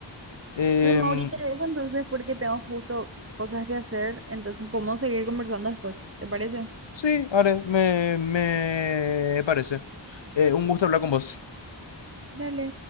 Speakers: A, on the left; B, on the right.
A: Em,
B: Bueno, Mauri, te dejo entonces porque tengo justo cosas que hacer, entonces podemos seguir conversando después, ¿te parece?
A: sí, haré. Me, me parece. Eh, un gusto hablar con vos.
B: Dale.